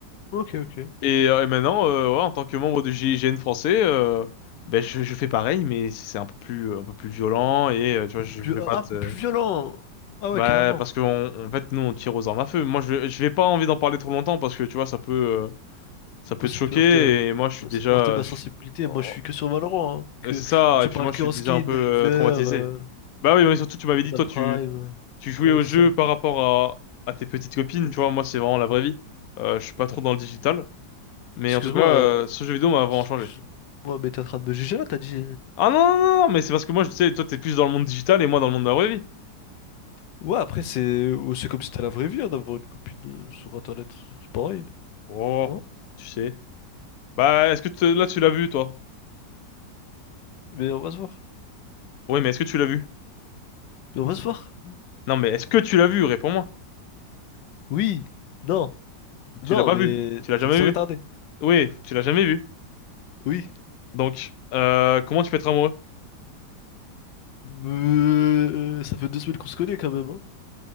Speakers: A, on the left (about 80°); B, on the left (about 65°).
A: Ok, ok. Un
B: Et, euh, et maintenant, euh, ouais, en tant que membre du GIGN français, euh, ben je, je fais pareil, mais c'est un peu plus, un peu plus violent et euh, tu vois, je
A: peu plus...
B: vais
A: Ah,
B: pas te,
A: un peu plus violent! Ah
B: bah
A: ouais, carrément.
B: parce que on- en fait nous on tire aux armes à feu. Moi je, je vais pas envie d'en parler trop longtemps parce que tu vois ça peut, euh, ça peut
A: Moi, ça
B: te choquer
A: peut heurter, la-
B: et moi je suis
A: moi,
B: déjà,
A: ça peut heurter ma
B: je
A: sensibilité.
B: suis- oh,
A: Moi, je suis que sur Valorant. hein. Que...
B: c'est
A: moi,
B: ça
A: tu
B: et puis
A: me parles
B: moi
A: que
B: je suis
A: en
B: déjà
A: skin,
B: un peu
A: des
B: euh,
A: River,
B: traumatisé.
A: euh,
B: Bah oui, mais surtout tu m'avais dit
A: Vandal
B: toi
A: Prime.
B: tu, tu jouais
A: euh. Ouais,
B: au
A: c'est
B: jeu
A: ça.
B: par rapport à, à tes petites copines, tu vois, moi c'est vraiment la vraie vie. Euh, je suis pas trop dans le digital, mais
A: Excuse-moi,
B: en tout cas
A: euh,
B: euh, ce jeu vidéo m'a vraiment
A: excuse-moi,
B: changé.
A: mais t'es en train de me juger là, t'as dit...
B: Ah non, non, non, non, mais c'est parce que moi, je sais, toi, t'es plus dans le monde digital et moi dans le monde de la vraie vie.
A: Ouais, après, c'est ou c'est comme si t'as la vraie vie hein, d'avoir une copine euh, sur Internet. C'est pareil,
B: Oh,
A: non?
B: tu sais. Bah, est-ce que te- là, tu l'as vu, toi?
A: Mais on va se voir.
B: Oui, mais est-ce que tu l'as vu?
A: Mais on va se voir.
B: Non, mais est-ce que tu l'as vu? Réponds-moi.
A: Oui. Non. Non,
B: Tu l'as pas
A: mais
B: vu. Tu l'as jamais
A: ça ne saurait
B: vu.
A: tarder.
B: Oui, tu l'as jamais vu.
A: Oui.
B: Donc, euh, comment tu peux être amoureux?
A: Euh, ça fait deux semaines qu'on se connaît quand même. Hein.